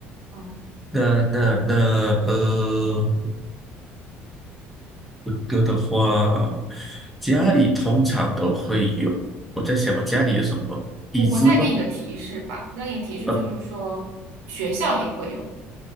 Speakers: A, on the right; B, in the centre.
A: 嗯。
B: 那那那呃，一个的话，家里通常都会有。我在想，我家里有什么椅子吗？
A: 我我再给你个提示吧，再给你提示就是说，
B: 呃，
A: 学校也会有，